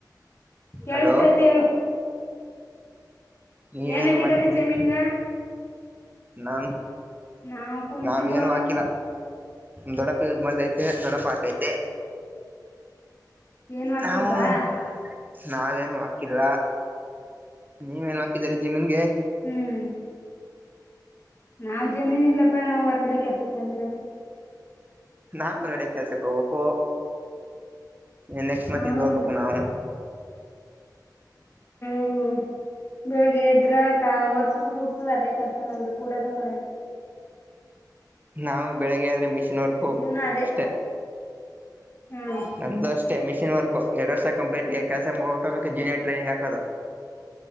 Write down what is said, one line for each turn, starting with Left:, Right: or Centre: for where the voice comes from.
Left: ಕೇಳಿಸತಾಯತಿ
Right: ಹಲೋ
Left: ಹೇಳು
Right: ನೀವೇನ್
Left: ಏನ್ ಹಾಕಿದಾರಿ
Right: ಮಾಡ್ತಿದೀ
Left: ಜಮೀನ್ಗ
Right: ನಾ
Left: ನಾವ್ ಕುಂತಿದೋ
Right: ನಾವ ಏನು ಹಾಕಿಲ್ಲ ದೊಡ್ಡಪ್ಪ ಯೂಸ್ ಮಾಡತೈತೆ ದೊಡ್ಡಪ್ಪ ಹಾಕೈತೆ
Left: ಏನು ಹಾಕಿಲ್ವಾ
Right: ಹನ್ ನಾವೇನ್ ಹಾಕಿಲ್ಲ ನೀವೇನ್ ಹಾಕಿದರಿ ಜೀಮನ್ಗೆ
Left: ಹ್ಮ್ ನಾವವು ಜಮೀನ್ ಇಲ್ಲಪ್ಪಾ ನಾವು ಹೊರಗಡೆ ಕೆಲ್ಸಕ್ ಬಂದಿರವೆ
Right: ನಾ್ ಹೊರಗಡೆ ಕೆಲ್ಸಕ್ಕೆ ಹೋಗ್ಬೇಕಕು ನೆಕ್ಸ್ಟ್ ಮಂತ್
Left: ಹ್ಮ್
Right: ಇಿಂದ ಹೋಗ್ಬೇಕು ನಾವು
Left: ಹ್ಮ ಬೆಳಿಗ್ಗೆದ್ರ ವರ್ಷ ು ಗೂಡ್ಸು ಅದೇ ಕೆಲ್ಸ ನಲ್ಲದು ಕೂಡದು ಕಳೆಯದು
Right: ನಾವು ಬೆಳಿಗ್ಗೆ ಆದ್ರೆ ಮ ಮಿಷ ವರ್ಕ್
Left: ಜೀವನ ಅದೇ
Right: ಅಷ್ಟೇ
Left: ಹ್ಮ್
Right: ನಮ್ದು ಅಷ್ಟೇ ಮಿಷಿನ್ ವರ್ಕ್ ಎರಡ್ ವರ್ ಸ ಕಂಪ್ಲೀಟ್ ಕೆಲಸ ಓಟಮ ಜೂನಿಯರ್ ಟ್ರೈನಿಂಗ್ ಹಾಕೋದು